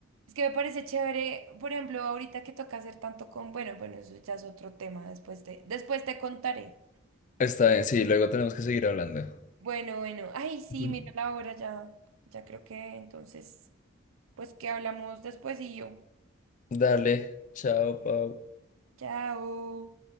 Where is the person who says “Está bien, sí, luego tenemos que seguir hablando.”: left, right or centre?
Left